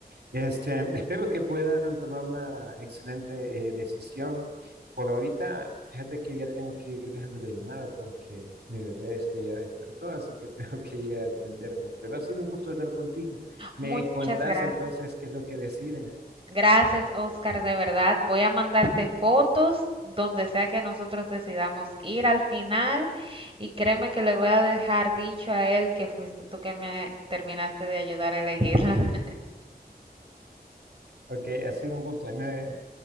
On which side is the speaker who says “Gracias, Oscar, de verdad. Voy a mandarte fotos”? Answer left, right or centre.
Right